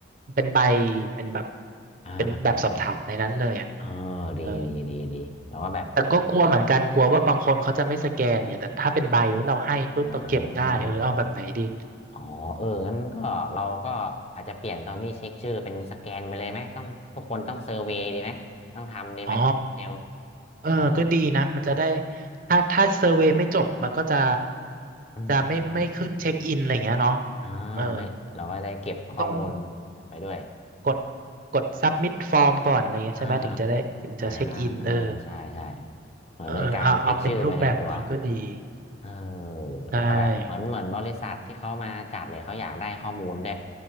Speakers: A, on the right (about 45°); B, on the left (about 35°).
A: เป็นใบเป็นแบบ
B: อ่าอ่าอ่า
A: เป็นแบบสอบถามในนั้นเลยอ่ะ
B: เออดีดีดีดีเราก็แบบ
A: เออแต่ก็กลัวเหมือนกัน กลัวว่าบางคนเขาจะไม่สแกนเนี่ย แต่ถ้าเป็นใบนี้เราให้ปุ๊บเราเก็บได้เออเอาแบบไหนดี
B: อ่า อ๋อเอองั้นก็เราก็อาจจะเปลี่ยนตอนที่เช็คชื่อเป็นสแกนไปเลยไหมต้องทุกคนต้องเซอร์เวย์ดีไหมต้องทำดีไหมเดี๋ยว
A: อ๋อ เออก็ดีนะ
B: เออ
A: มันจะได้ ถ้าถ้าเซอร์เวย์ไม่จบ มันก็จะ
B: อืมอืมอืม
A: จะไม่ไม่ขึ้นเช็คอินอะไรอย่างเงี้ยเนาะ
B: อ่าไม่เราก็ได้เก็บข้อมูล
A: เออต้อง
B: ไปด้วย
A: กดกดซับมิ f ฟอร์มก่อนอะไรเงี้ยใช่ไหมถึงจะได้ถึงจะเช็คอินเออ
B: อ่าอ่าใช่ใช่เหมือนเป็นการเช็คชื่อไปในตัว
A: เออเอาเอาเป็นรูปแบบนี้ก็ดี
B: เออ
A: ใช่
B: แล้วก็แบบเหมือนเหมือนบริษัทที่เขามาจัดเนี่ยเขาอยากได้ข้อมูลด้วย